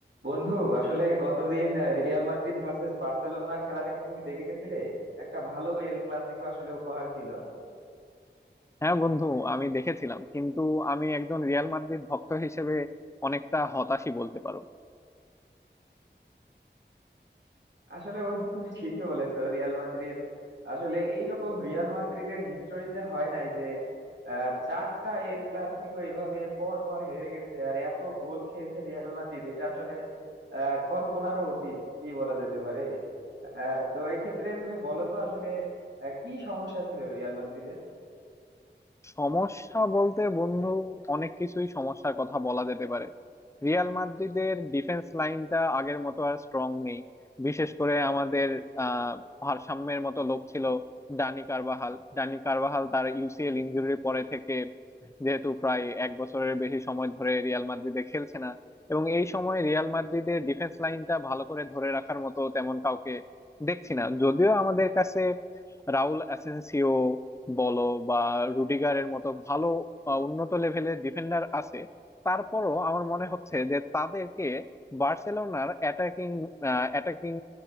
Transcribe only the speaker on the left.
হ্যাঁ বন্ধু আমি দেখেছিলাম কিন্তু আমি একজন রিয়াল মাদ্রিদ ভক্ত হিসেবে অনেকটা হতাশই বলতে পারো
সমস্যা বলতে বন্ধু অনেক কিছুই সমস্যার কথা বলা যেতে পারে রিয়াল মাদ্রিদের ডিফেন্স লাইনটা আগের মতো আর স্ট্রং নেই বিশেষ করে আমাদের আহ ভারসাম্যের মতো লোক ছিল ডানি কারবাহাল ডানি কারবাহাল তার ইউসিএল ইনজুরির পরে থেকে যেহেতু প্রায় এক বছরের বেশি সময় ধরে রিয়াল মাদ্রিদে খেলছে না এবং এই সময় রিয়াল মাদ্রিদের ডিফেন্স লাইনটা ভালো করে ধরে রাখার মতো তেমন কাউকে দেখছি না যদিও আমাদের কাছে রাউল অ্যাসেনসিও বলো বা রুডিগারের মতো ভালো আহ, উন্নত লেভেলের ডিফেন্ডার আছে তারপরও আমার মনে হচ্ছে যে তাদেরকে বার্সেলোনার অ্যাটাকিং অ্যাটাকিং